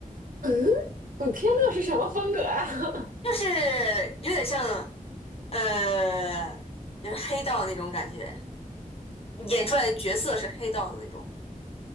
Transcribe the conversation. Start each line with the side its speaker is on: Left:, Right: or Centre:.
Right: 嗯，古天乐是什么风格啊？<laughs>
Left: 就是有点像，呃，就是黑道那种感觉，演出来的角色是黑道的那种。